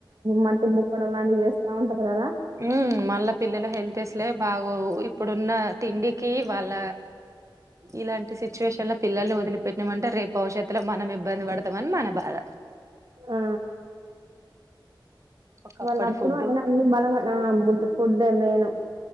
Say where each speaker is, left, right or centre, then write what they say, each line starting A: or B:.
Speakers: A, on the right; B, on the right.
A: మట్టి బుక్కడం లాంటివి చేస్తా ఉంటారు కదా
B: హ్మ్ మళ్ళా పిల్లల హెల్త్ అసలే బాగోవు ఇప్పుడున్న తిండికి వాళ్ళ ఇలాంటి సిచ్యువేషన్ లో పిల్లల్ని వదిలిపెట్టిమంటే రేపు భవిష్యత్తులో మనం ఇబ్బంది పడతామని మన బాధ
A: ఆ
B: ఒకప్పటి
A: వాళ్ళ అప్పుడు
B: ఫుడ్డు
A: అయన అన్ని బలం నా ఫుడ్ మేను